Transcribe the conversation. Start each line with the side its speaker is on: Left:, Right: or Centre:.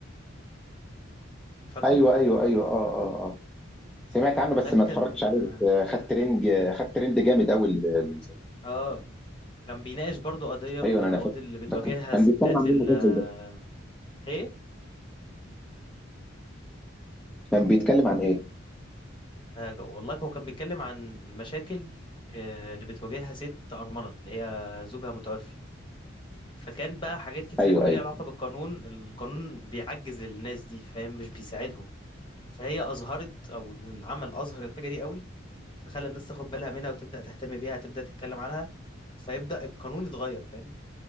Left: فاكره
Centre: ايوه ايوه ايوه اه اه آه. سمعت عنه بس
Left: ده كان
Centre: ما اتفرجتش عليه
Left: آه
Centre: بس آه، خد ترند آه، خد ترند جامد قوي ال- ال-
Left: آه، كان بيناقش برضو قضية من
Centre: ايوه انا
Left: القواضي
Centre: أنا فاكر
Left: اللي بتواجهها
Centre: فاكر كان
Left: الستات
Centre: بيتكلم عن ايه
Left: ال-
Centre: المسلسل
Left: آه،
Centre: ده
Left: إيه
Centre: كان بيتكلم عن ايه
Left: حاجة والله هو كان بيتكلم عن المشاكل آه، اللي بتواجهها ست أرملة اللي هي زوجها متوفي فكان بقى حاجات كتير
Centre: ايوه
Left: قوي
Centre: ايوه
Left: ليها علاقة بالقانون القانون بيعجز الناس دي فاهم مش بيساعدهم فهي أظهرت أو العمل أظهر الحاجة دي قوي فخلى الناس تاخد بالها منها وتبدأ تهتم بيها تبدأ تتكلم عنها فيبدأ القانون يتغير فاهم